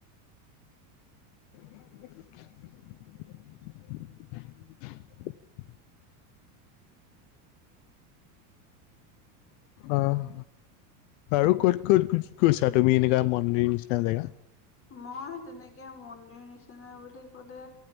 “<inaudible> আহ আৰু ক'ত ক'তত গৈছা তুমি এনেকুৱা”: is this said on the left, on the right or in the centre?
Left